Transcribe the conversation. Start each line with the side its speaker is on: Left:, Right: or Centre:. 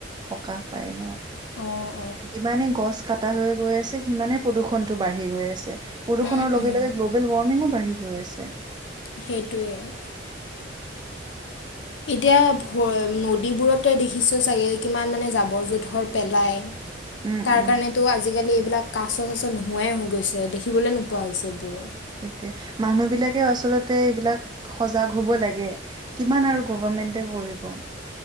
Right: সকাহ পায় ন?
Left: অ',
Right: যিমানে গছ কটা হৈ গৈ আছে সিমানে প্ৰদূষণতটো বাঢ়ি গৈ আছে প্ৰদূৰষণৰ
Left: উম
Right: লগে
Left: উম
Right: লগে গ্ল'বেল ৱাৰ্মিঙও বাঢ়ি গৈ আছে।
Left: সেইটোৱেই আৰু। এতিয়া নদীবোৰত তই দেখিছ চাগে কিমান মানে জাবৰ-জোথৰ পেলাই, <inaudible>
Right: উম
Left: তাৰ
Right: উম
Left: কাৰণেতো আজিকালি এইবিলাক কাচ চাচ নোহোৱাই হৈ গৈছে দেখিবলৈ নোপোৱা হৈছে এইবোৰ।
Right: সেইটোয়ে, মানুহ বিলাকেও আচলতে এইবিলাক সজাগ হব লাগে। কিমান আৰু গভমেন্টে কৰিব।